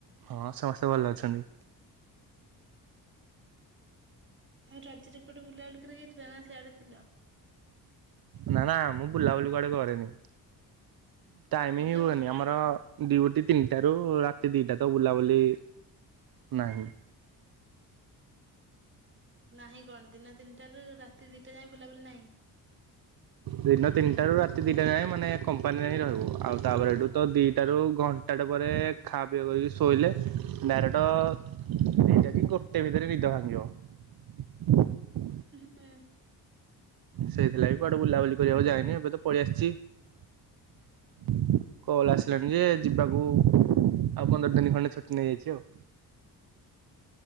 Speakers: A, on the right; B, on the right.
A: ହଁ ସମସ୍ତେ ଭଲ ଅଛନ୍ତି।
B: ଆଉ ରଜ୍ ରେ କୁଆଡ଼େ ବୁଲା ବୁଲି କରିବାକୁ ଯାଇଥିଲ ନା ସିଆଡ଼େ ଥିଲ।
A: ନା ନା ମୁଁ ବୁଲାବୁଲି କୁଆଡେ କରେନି। ଟାଇମ
B: ବୁଲା
A: ହିଁ ହୁଏନି ଆମର। ଡିଉଟି ତିନିଟାରୁ ରାତି ଦିଟା ତ ବୁଲାବୁଲି ନାହିଁ।
B: ନାହିଁ କଣ ଦିନ ତିନିଟାରୁ ରାତି ଦିଟା ଯାଏ ବୁଲାବୁଲି ନାହିଁ।
A: ଦିନ ତିନିଟା ରୁ ରାତି ଦିଟା ଯାଏଁ ମାନେ କମ୍ପାନୀରେ ହିଁ ରହିବୁ ଆଉ ତାପରେ ଏଠୁ ତ ଦିଟାରୁ ଘ ଘଣ୍ଟାଟେ ପରେ ଖାଆ ପିଆ କରିକି ଶୋଇଲେ ଡାଇରେକ୍ଟ ଦି ଟା କି ଗୋଟେ ଭିତରେ ନିଦ ଭାଙ୍ଗିବ।
B: ଉଁ ହୁଁ ହୁଁ।
A: ସେଇଥିଲାଗି କୁଆଡେ ବୁଲାବୁଲି କରିବାକୁ ଯାଇନି ଏବେ ତ ପଳେଇଆସିଛି। କଲ ଆସିଲାଣି ଯେ ଯିବାକୁ ଆଉ ପନ୍ଦର ଦିନି ଖଣ୍ଡେ ଛୁ ନେଇଯାଇଛି ଆଉ।